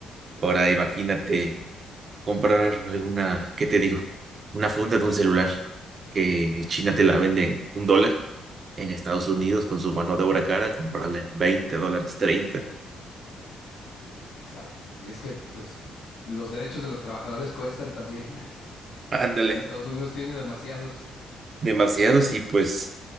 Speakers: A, on the right; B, on the left.
A: Ahora imagínate comprar alguna, ¿qué te digo? Una funda de un celular que China te la venden un dólar en Estados Unidos con su mano de obra cara, comprarla en 20 dólares, treinta
B: Exacto. Y es que, pues, los derechos de los trabajadores cuestan también, <laughs>
A: Ándale,
B: y Estados Unidos tiene demasiados.
A: demasiados y pues